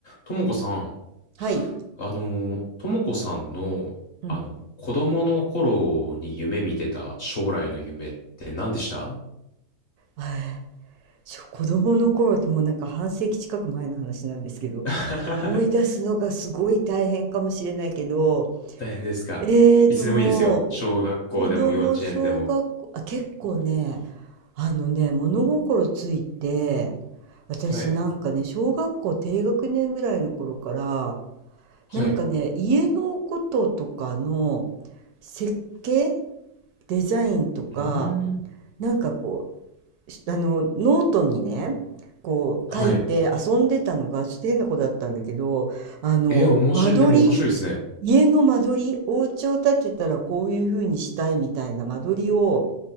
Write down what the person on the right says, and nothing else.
はい。
うん。
えーしょ子供の頃ってもうなんか半世紀近く前の話なんですけど、
思い出すのがすごい大変かもしれないけど、
ええともう、
子供小学校、あ、結構ね、あのね、物心ついて、私なんかね、
小学校低学年ぐらいの頃から、
なんかね、家のこととかの設計、デザインとか、
なんかこしあのノートにねこう書いて遊んでたのがちょっと変な子だったんだけどあの間取り
家の間取りお家を建てたらこういう風にしたいみたいな間取りを